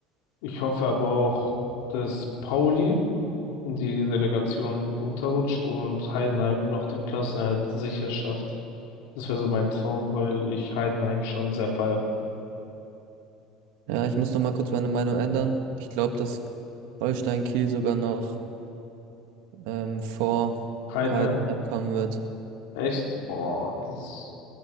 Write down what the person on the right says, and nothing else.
Ja, ich muss noch mal kurz meine Meinung ändern. Ich glaube, dass Holstein Kiel sogar noch ähm, vor
Heidenheim kommen wird.